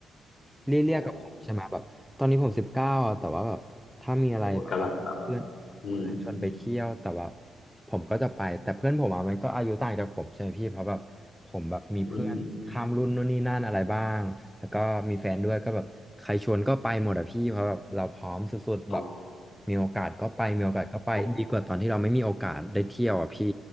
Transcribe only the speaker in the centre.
เลี่ยๆกับผมใช่ไหมแบบตอนนี้ผมสิบเก้าอ่ะแต่ว่าแบบถ้ามีอะไรแบบว่าเพื่อนเพื่อนชวนไปเที่ยวแต่ว่า
ผมก็จะไปแต่เพื่อนผมอ่ะมันก็อายุต่างจากผมใช่ไหมพี่เพราะแบบผมแบบมีเพื่อนข้ามรุ่นนู่นนี่นั่นอะไรบ้างแล้วก็มีแฟนด้วยก็แบบใครชวนก็ไปหมดอะพี่เพราะแบบเราพร้อมสุดๆแบบ
มีโอกาสก็ไปมีโอกาสก็ไปดีกว่าตอนที่เราไม่มีโอกาสได้เที่ยวอะพี่